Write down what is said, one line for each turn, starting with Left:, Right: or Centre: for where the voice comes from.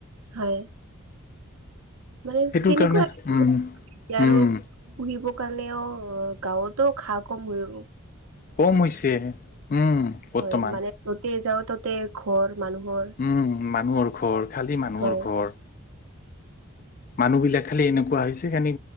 Right: হয়। মানে
Left: সেইটোৰ
Right: তেনেকুৱা
Left: কাৰণে উম
Right: আহিব আৰু
Left: উম
Right: পুহিব। কাৰণেও গাওঁতো খা ক ময়ো।
Left: কম হৈছে। উম বৰ্তমান।
Right: হয় মানে ততে যাওঁ ততে ঘৰ মানুহৰ।
Left: উম মানুহৰ ঘৰ, খালী মানুহৰ
Right: হয়
Left: ঘৰ। মানুহ বিলাক খালি এনেকুৱা হৈছে খানি